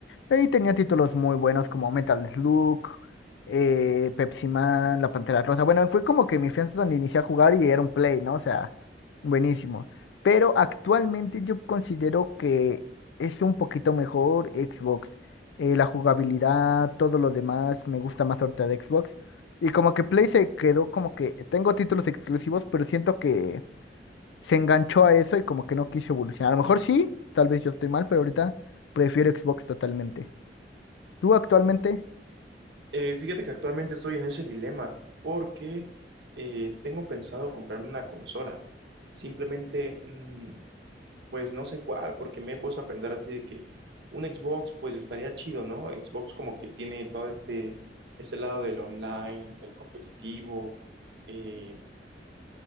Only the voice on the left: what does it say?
Y tenía títulos muy buenos como Metal Slug, eh, Pepsi Man, La Pantera Rosa. Bueno, fue como que mi fianza donde inicié a jugar y era un Play, ¿no? O sea, buenísimo. Pero actualmente yo considero que es un poquito mejor Xbox. Eh, la jugabilidad, todo lo demás, me gusta más ahorita de Xbox. Y como que Play se quedó como que tengo títulos exclusivos, pero siento que se enganchó a eso y como que no quiso evolucionar. A lo mejor sí, tal vez yo estoy mal, pero ahorita prefiero Xbox totalmente. ¿Tú actualmente?